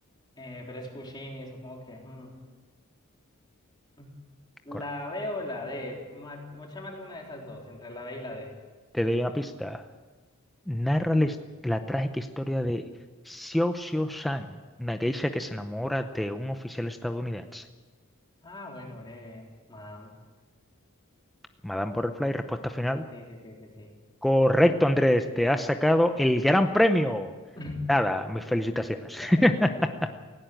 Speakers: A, on the left; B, in the centre.
A: Eh, pero es Puccini, supongo que... mm. mm. La
B: Correcto.
A: B o la D. Ma- Mochame alguna de esas dos, entre la B y la D.
B: Te doy una pista. Narra
A: Sí, sí,
B: la, his-
A: sí.
B: la trágica historia de Xiao Xiao Shan, una geisha que se enamora de un oficial estadounidense.
A: Ah, bueno, breve, madame.
B: Madame Butterfly, respuesta final.
A: Sí, sí, sí, sí, sí.
B: Correcto, Andrés. Te has sacado
A: Eh,
B: el gran premio.
A: <laughs>
B: Nada, mis felicitaciones.
A: las
B: <laughs>
A: felicitaciones.